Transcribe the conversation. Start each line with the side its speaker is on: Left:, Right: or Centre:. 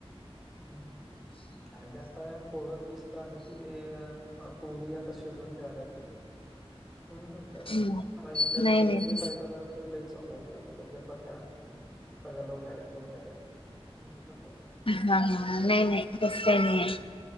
Centre: हं <unintelligible> कारण की आता पोर वीस, झाली की पोरी आता शोधून ठेवाल्यात म्हणून म्हणल
Left: हम्म.
Centre: आता इकड इचलकरंजी
Left: नाही नाही तस
Centre: साईड ला जरा तर लईच चालू आहे ते कस प्रकार सगळं लव्ह मॅरेज लव्ह मॅरेज म्हणल
Left: हा हा नाही नाही तस काही नाही आहे.